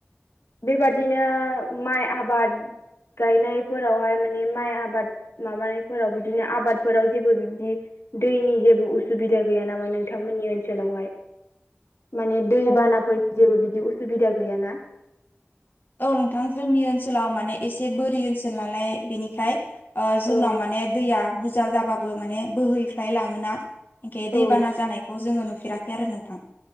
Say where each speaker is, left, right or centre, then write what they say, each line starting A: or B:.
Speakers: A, on the left; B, on the left.
A: बेबादिनो माइ आबाद गायनायफोरावहाय माने माइ आबाद माबानायफोराव बिदिनो आबादफोराव जेबो बिबदि दैनि जेबो उसुबिदा गैया नामा नोंथांमोननि ओनसोलावहाय, माने दैबानाफोरनि
B: औ
A: जेबो बिदि उसुबिदा गैयाना?
B: औ नोंथां जोंनि ओनसोलाव माने एसे बोरि ओनसोल नालाय बेनिखाय, जोंनाव
A: औ
B: माने दैया बुरजा जाबाबो माने बोहैख्लाय लाङोना, खे
A: औ
B: दैबाना जानायखौ जोङो नुफेराखै आरो नोंथां,